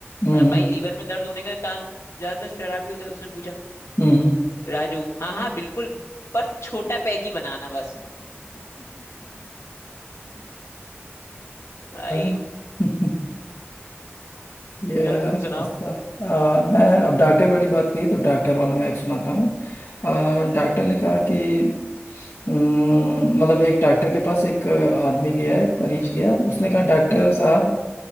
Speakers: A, on the left (about 60°); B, on the left (about 80°).
A: हम्म
B: मतलब भाई लीवर में दर्द होने का कारण ज्यादातर शराब ही होता है उसने पूछा
A: हम्म हम्म।
B: राजू हाँ हाँ बिल्कुल पर छोटा पैक ही बनाना बस भाई
A: <laughs> अ, <laughs> Yeah,
B: चलो तुम सुनाओ
A: अच्छा। आ, मैं अब डॉक्टर वाली बात की तो डॉक्टर वाला मैं एक सुनाता हूँ अ, डॉक्टर ने कहा कि अम्म, मतलब एक डॉक्टर के पास एक आदमी गया एक मरीज गया उसने कहा डॉक्टर साहब